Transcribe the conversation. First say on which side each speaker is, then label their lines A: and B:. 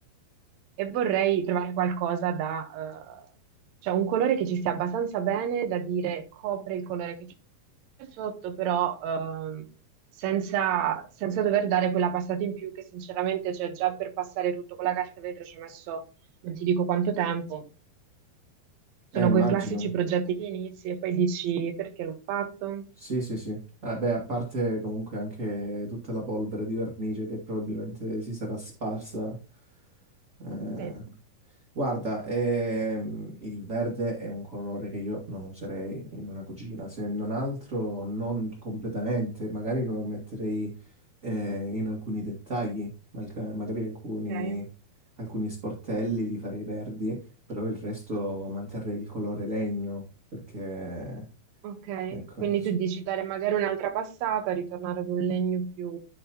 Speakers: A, on the right; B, on the right.
A: e vorrei trovare qualcosa da, eh, cioè un colore che ci stia abbastanza bene da dire copre il colore che c'è sotto, però ehm, senza, senza dover dare quella passata in più che sinceramente c'è già per passare tutto con la carta vetro ci ho messo non ti dico quanto tempo. Sono
B: eh, immagino.
A: quei classici progetti che inizi e poi dici perché l'ho fatto?
B: Sì, sì, sì. Ah, beh, a parte comunque anche tutta la polvere di vernice che probabilmente si sarà sparsa. Eh,
A: Sì,
B: guarda, ehm, il verde è un colore che io non userei in una cucina, se non altro non completamente, magari lo metterei eh, in alcuni dettagli, malca- magari alcuni,
A: ok.
B: alcuni sportelli li farei verdi, però il resto manterrei il colore legno, perché...
A: Ok,
B: Ecco,
A: quindi tu dici dare magari un'altra passata, ritornare ad un legno più,